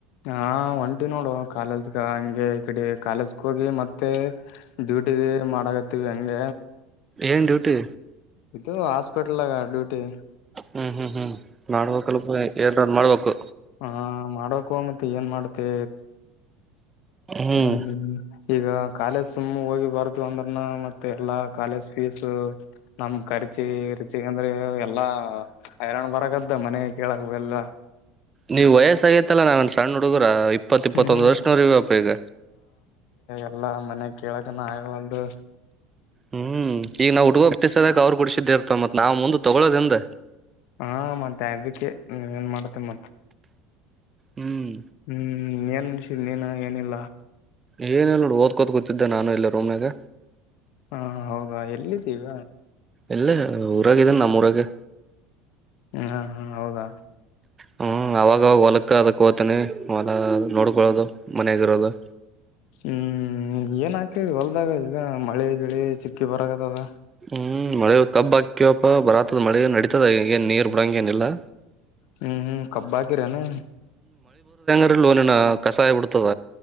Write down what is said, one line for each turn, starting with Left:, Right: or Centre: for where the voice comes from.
Left: ಹಾ ಒಂಟಿ ನೋಡುವ ಕಾಲೇಜ್ಗ ಹಂಗೆ ಈ ಕಡೆ ಕಾಲೇಜ್ಗೆ ಹೋಗಿ ಮತ್ತೆ ಡೂ ಬಿಟ್ಟ ಮಾಡಗತ್ ಹೆಂಗ
Right: ಏನ್ ಡ್ಯೂಟಿ
Left: ಇದು ಹಾಸ್ಪಿಟಲ್ ಆಗ ಡ್ಯೂಟಿ
Right: ಹ್ಮ್- ಹ್ಮ್ -ಹ್ಮ್ -ಮಾಡ್ಬೇಕಲ್ಪ ಮಾಡ್ಬೇಕು
Left: ಹಾ ಮಾಡಕು <unintelligible> ಏನ್ ಮಾಡ್ತಿ
Right: ಹ್ಮ್
Left: <unintelligible> ಈಗ ಕಾಲೇಜ್ ಸುಮ್ ಹೋಗಿ <unintelligible> ಅಂದ್ರನ ಮತ್ತೆ ಎಲ್ಲಾ ಕಾಲೇಜ್ ಫೀಸ್ ನಮ ಖರ್ಚಿ ರುಚಿ ಅಂದ್ರೆ ಎಲ್ಲಾ ಹೈರಾಣ್ ಬರಕದ ಮನೆ ಕೇಳಕ್ ಬೆಲ್ಲ.
Right: ನೀವ್ ವಯಸ್ಸ ಆಗೇತ್ತಲ್ಲಾ ನಾ ಸಣ್ಣ ಹುಡುಗುರ <unintelligible> ಇಪ್ಪತ್ಇಪ್ಪತ್ತೊಂದು
Left: ಹ್ಮ್ ಹ್ಮ್
Right: ವರ್ಷನವ್ರ್ಯಾಪ ಈಗ
Left: ಎಲ್ಲ ಮನೆ ಕೇಳಕನ ಆಗ್ವಾದು
Right: ಹ್ಮ್-ಈಗ ನಾವು ಹುಡುಗೊ ಬಿಟ್ಟ ಸದಕ ಅವ್ರು ಕುಡಸಿದ್ದೇ ಇರ್ತ ಮತ್ ನಾವ್ ಮುಂದ ತೊಗೊಳ್ಳೋದಿಂದ,
Left: ಹಾ ಮತ್ತೆ ಆಬಕ್ಕೆ ಏನ್ ಮಾಡತ್ತೇ ಮತ್ತೆ
Right: ಹ್ಮ್
Left: ಹ್ಮ್ <unintelligible> ನೀನ ಏನಿಲ್ಲ
Right: ಏನಿಲ್ ನೋಡ್ ಓದ್ಕೋತ ಕುತ್ತಿದ್ದೆ ನಾನು ಇಲ್ಲ ರೂಮ್ನಾಗ
Left: ಹಾ ಹೌದಾ ಎಲ್ಲಿದ್ದೀಗ
Right: ಇಲ್ಲ ಊರಾಗಿದಿನೆ ನಮ್ಮೂರಾಗೆ
Left: ಹಾ ಹಾ ಹೌದಾ
Right: ಹ್ಮ ಅವಾಗವಾಗ ಹೊಲಕ್ಕ ಅದಕ್ ಹೋತನಿ ಹೊಲ ನೋಡ್ಕೊಳ್ಳೋದು ಮನಗಿರೋದು
Left: ಹ್ಮ್ <unintelligible> ಹೊಲ್ದಾಗ ಈಗ ಮಳೆ ಗಿಳಿ ಚಿಕ್ಕಿ ಬರಗತದ
Right: ಹ್ಮ್ ಮಳೆ ಕಬ್ ಹಾಕ್ಯವಪ್ಪ ಬರಾತದ ಮಳೆ ನಡತದನ್ ನೀರ್ ಬಿಡಂಗೆನಿಲ್ಲಾ
Left: ಹ್ಮ್ ಹ್ಮ್ ಕಬ್ಬ ಆಕಿರೆನು
Right: <unintelligible> ಕಸಾಯ ಬಿಡ್ತದ